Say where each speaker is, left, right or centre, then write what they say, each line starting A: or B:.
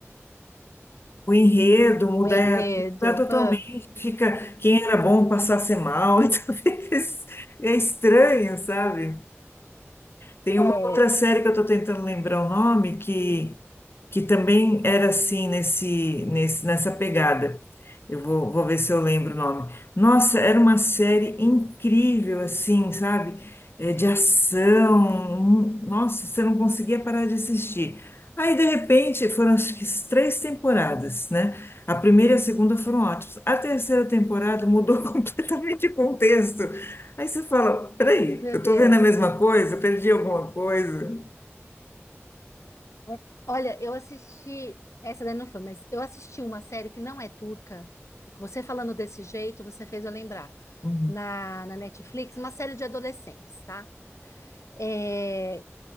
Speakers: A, on the left; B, on the left.
A: o enredo, mudar,
B: O enredo.
A: mudar totalmente,
B: ah,
A: fica quem era bom passar a ser mal, <laughs> então fica es- é estranho, sabe? Tem
B: é,
A: uma outra série que eu estou tentando lembrar o nome que, que também era assim nesse, nesse nessa pegada. Eu vou, vou ver se eu lembro o nome. Nossa, era uma série incrível assim, sabe? É, de ação. Hum, Nossa, você não conseguia parar de assistir. Aí, de repente, foram acho que três temporadas, né? A primeira e a segunda foram ótimas. A terceira temporada mudou <laughs> completamente o contexto. Aí você fala, peraí,
B: meu
A: eu
B: Deus.
A: tô vendo a mesma coisa? Eu perdi alguma coisa?
B: É, Olha, eu assisti. Essa daí não foi, mas eu assisti uma série que não é turca. E que você falando desse jeito, você fez eu lembrar.
A: Uhum.
B: Na, na Netflix, uma série de adolescentes, tá? É,